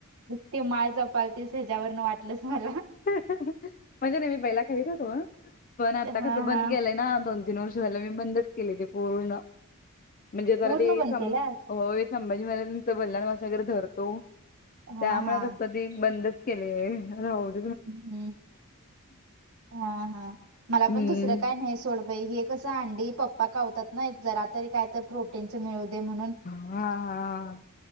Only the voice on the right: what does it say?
तु मला जपाळतीस ह्याच्यावरनं वाटलच मला
हा
हा
पूर्ण
बंद
केलास
हा
हा
हम्म हा हा मला
पण दुसरं काय न्हाय सोड हे कसं अंडी पप्पा कावत्यात ना जरा तरी काय तर प्रोटीनचं मिळू दे म्हणून